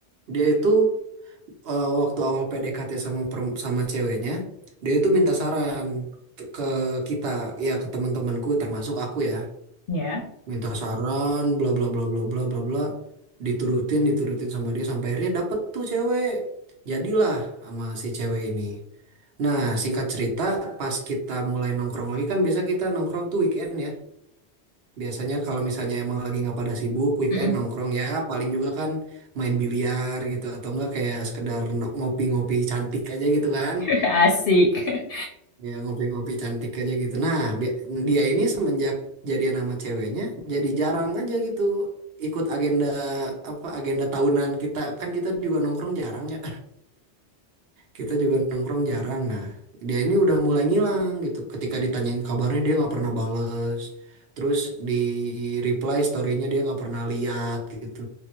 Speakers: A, on the right; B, on the left.
A: dia itu eh, waktu awal PDKT sama per- sama ceweknya, dia itu minta saran ke ke kita, ya ke teman-temanku termasuk aku ya.
B: ya.
A: Minta saran bla bla bla bla bla bla bla diturutin diturutin sama dia sampai akhirnya dapet tuh cewek. Jadilah sama si cewek ini. Nah, singkat cerita, pas kita mulai nongkrong lagi kan biasa kita nongkrong tuh weekend ya. Biasanya kalau misalnya emang lagi nggak pada sibuk, weekend
B: Mm-mm.
A: nongkrong ya paling juga kan main biliar gitu atau enggak kayak sekedar no- ngopi-ngopi cantik aja gitu kan.
B: <laughs> Asik.
A: Ya ngopi-ngopi cantik aja gitu. Nah, bi- dia ini semenjak jadian sama ceweknya jadi jarang aja gitu ikut agenda apa agenda tahunan kita. Kan kita juga nongkrong jarang ya kita juga nongkrong jarang. Nah, dia ini udah mulai ngilang gitu. Ketika ditanyain kabarnya dia nggak pernah bales. Terus di reply story-nya dia nggak pernah lihat gitu.